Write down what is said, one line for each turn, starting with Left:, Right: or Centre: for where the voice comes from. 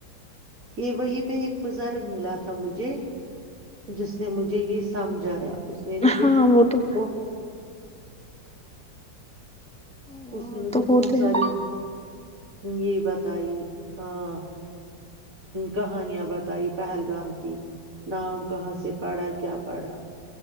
Right: یہ وہی پہ ایک بزرگ ملا تھا مجھے جس نے مجھے یہ سمجھایا اس نے مجھے
Centre: ہاں وہ تو
Right: بہت <inaudible>
Centre: وہاں
Right: اس نے مجھے
Centre: تو ہوتے
Right: بہت ساری
Centre: ہیں
Right: یہ بتائی ہاں کہانیاں بتائی پہلگام کی نام کہاں سے پڑھا کیا پڑھا